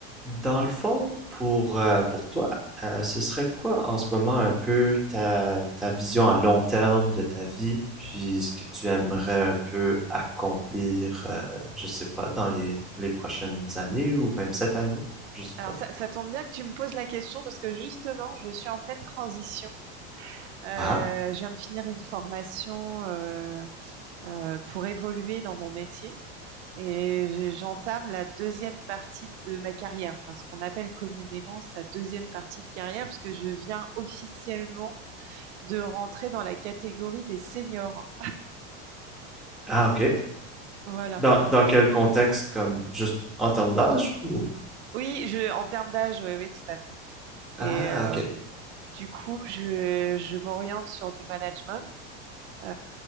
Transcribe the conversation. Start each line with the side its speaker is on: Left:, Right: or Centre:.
Centre: Dans le fond, pour, euh, pour toi, euh, ce serait quoi en ce moment un peu ta, ta vision à long terme de ta vie, puis ce que tu aimerais un peu accomplir, euh, je sais pas, dans les, les prochaines années ou même cette année, je sais
Right: Alors
Centre: pas.
Right: ça, ça tombe bien que tu me poses la question parce que justement, je suis en pleine transition. Euh,
Centre: Ah,
Right: je viens de finir une formation euh, euh, pour évoluer dans mon métier et j'ai- j'entame la deuxième partie de ma carrière, enfin ce qu'on appelle communément sa deuxième partie de carrière, puisque je viens officiellement de rentrer dans la catégorie des seniors.
Centre: ah, ok.
Right: Voilà.
Centre: Dans, dans quel contexte, comme juste en termes d'âge ou...
Right: Oui, je, en termes d'âge, oui, oui, tout à fait.
Centre: Ah,
Right: Et euh,
Centre: ok,
Right: du coup, je, je m'oriente sur du management. Euh,